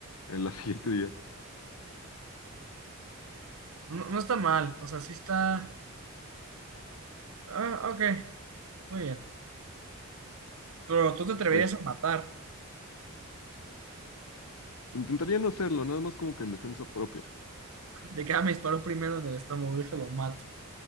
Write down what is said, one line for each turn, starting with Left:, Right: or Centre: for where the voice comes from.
Left: el la <laughs> siguiente día.
Right: No, no está mal, o sea, sí está. Ah, ok, muy bien. Pero tú te atreverías
Left: Ok.
Right: a matar.
Left: Intentaría no hacerlo, nada más como que en defensa propia.
Right: De que ah, me disparó primero en el estómago, déjalo mato.